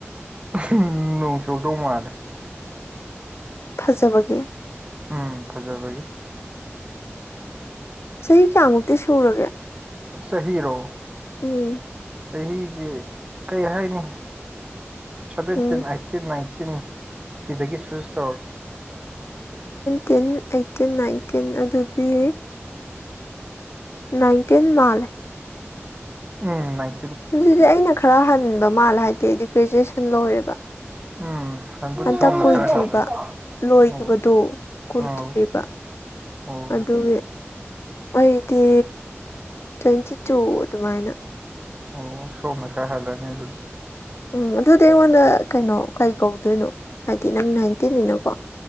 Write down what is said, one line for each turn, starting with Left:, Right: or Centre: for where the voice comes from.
Right: ꯎꯝꯍꯝ ꯅꯣꯡ ꯆꯨꯔꯛꯇꯧ ꯃꯜꯂꯦ
Left: ꯐꯖꯕꯒꯦ
Right: ꯎꯝ ꯐꯖꯔꯕꯒꯤ
Left: ꯆꯍꯤ ꯀꯌꯥꯃꯨꯛꯇꯤ ꯁꯨꯔꯒꯦ
Right: ꯆꯍꯤ ꯔꯣ
Left: ꯎꯝ
Right: ꯆꯍꯤꯁꯦ ꯀꯩ ꯍꯥꯏꯅꯤ ꯁꯥꯚꯦꯟꯇꯤꯟ
Left: ꯎꯝ
Right: ꯑꯩꯏꯠꯇꯤꯟ ꯅꯥꯏꯟ ꯇꯤꯟ ꯁꯤꯗꯒꯤ ꯆꯨꯁ ꯇꯧꯔꯣ
Left: ꯇꯤꯟ ꯑꯩꯏꯠꯇꯤꯟ ꯅꯥꯏꯟꯇꯤꯟ ꯑꯗꯨꯗꯤ ꯅꯥꯏꯟꯇꯤꯟ ꯃꯥꯜꯂꯦ
Right: ꯎꯝ ꯅꯥꯏꯟ
Left: ꯑꯗꯨꯗꯤ ꯑꯩꯅ ꯈꯔ ꯍꯟꯕ ꯃꯥꯜꯂꯦ ꯍꯥꯏꯗꯤ ꯑꯩꯗꯤ ꯒ꯭ꯔꯦꯖꯨꯋꯦꯁꯟ ꯂꯣꯏꯔꯦꯕ
Right: ꯎꯝ ꯍꯟꯕꯨꯗꯤ
Left: ꯍꯟꯇꯛ
Right: ꯁꯣꯝꯅ
Left: ꯀꯨꯏꯗ꯭ꯔꯤꯕ
Right: ꯈꯔ ꯍꯜꯂꯅꯤ
Left: ꯂꯣꯏꯈꯤꯕꯗꯣ
Right: ꯑꯣ
Left: ꯀꯨꯏꯗ꯭ꯔꯤꯌꯦꯕ
Right: ꯑꯧ ꯑꯣ
Left: ꯑꯗꯨꯒꯤ ꯑꯩꯗꯤ ꯇ꯭ꯋꯦꯟꯇꯤ ꯇꯨ ꯑꯗꯨꯃꯥꯏꯅ
Right: ꯑꯣꯋꯣ ꯁꯣꯝꯅ ꯈꯔ ꯍꯜꯂꯅꯤ ꯑꯗꯨꯗꯤ
Left: ꯎꯝ ꯑꯗꯨꯗꯤ ꯑꯩꯉꯣꯟꯗ ꯀꯩꯅꯣ ꯀꯩ ꯀꯧꯗꯣꯏꯅꯣ ꯍꯥꯏꯗꯤ ꯅꯪ ꯅꯥꯏꯟꯇꯤꯟꯅꯤꯅꯀꯣ